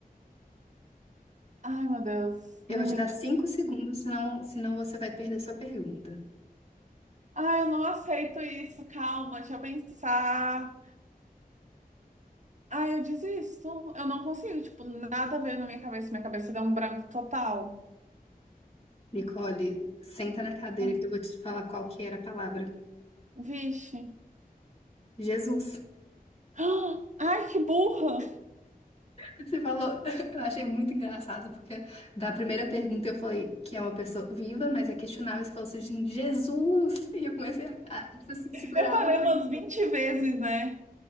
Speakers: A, on the right; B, on the left.
A: Ai, meu Deus,
B: eu
A: minha
B: vou
A: mente.
B: te dar cinco segundos, senão, senão você vai perder sua pergunta.
A: Ai, eu não aceito isso, calma, deixa eu pensar. Ai, eu desisto. Eu não consigo, tipo, nada veio na minha cabeça, minha cabeça deu um branco total.
B: Nicole, senta na cadeira
A: Ai,
B: que eu vou te falar qual que era a palavra.
A: Vixe.
B: Jesus.
A: <gasps> Ah, Ai, que burra!
B: Você falou, <laughs> eu achei muito engraçado, porque da primeira pergunta eu falei que é uma pessoa viva, mas é questionável. Você falou assim, Jesus! <laughs> E eu comecei a, a tipo assim, segurar
A: Eu falei
B: o riso.
A: umas 20 vezes, né?